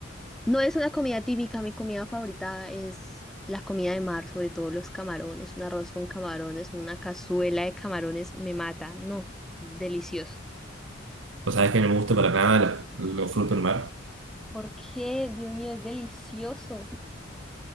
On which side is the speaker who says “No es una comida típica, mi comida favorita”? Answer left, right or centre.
Centre